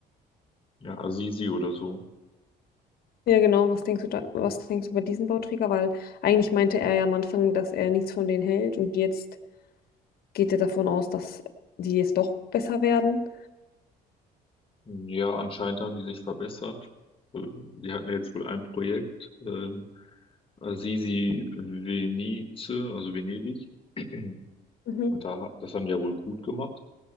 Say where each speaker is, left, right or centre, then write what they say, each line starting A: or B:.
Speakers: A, on the left; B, on the left.
A: Ja, Assisi oder so.
B: Ja, genau. Was denkst du da, was denkst du über diesen Bauträger? Weil eigentlich meinte er ja am Anfang, dass er nichts von denen hält und jetzt geht er davon aus, dass die jetzt doch besser werden.
A: Ja, anscheinend haben die sich verbessert. Äh, Die hatten ja jetzt wohl ein Projekt, ähm, Assisi Venice, also Venedig. <clears throat>
B: Mhm.
A: Und da, ha- das haben die ja wohl gut gemacht.